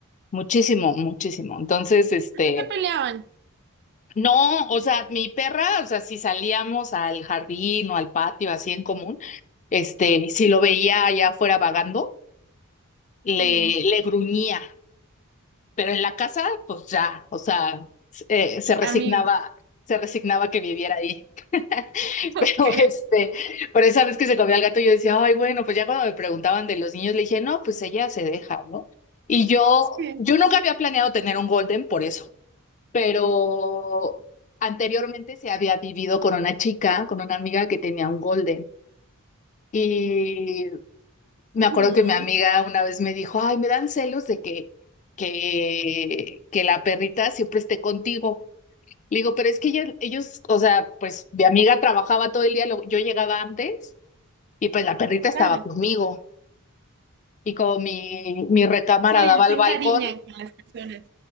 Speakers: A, on the left (about 35°); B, on the right (about 50°).
A: muchísimo, muchísimo. Entonces, este,
B: No se peleaban.
A: No, o sea, mi perra, o sea, si salíamos al jardín o al patio así en común, este, si lo veía allá afuera vagando, le,
B: Sí.
A: le gruñía, pero en la casa, pues ya, o sea, eh, se resignaba,
B: Amigo.
A: se resignaba que viviera ahí. <laughs>
B: <laughs>
A: Pero
B: Ok.
A: este, por esa vez que se comió al gato, yo decía, ay, bueno, pues ya cuando me preguntaban de los niños, le dije, no, pues ella se deja, ¿no? Y yo,
B: Sí,
A: yo nunca había planeado tener un golden por eso pero anteriormente se había vivido con una chica, con una amiga que tenía un golden. Y me acuerdo
B: Mm.
A: que mi amiga una vez me dijo, ay, me dan celos de que, que, que la perrita siempre esté contigo. Le digo, pero es que ella- ellos, o sea, pues mi amiga trabajaba todo el día, lo- yo llegaba antes y pues la perrita estaba
B: claro.
A: conmigo. Y como mi, mi recámara
B: Sí,
A: daba al
B: se encariñan
A: balcón,
B: con las personas.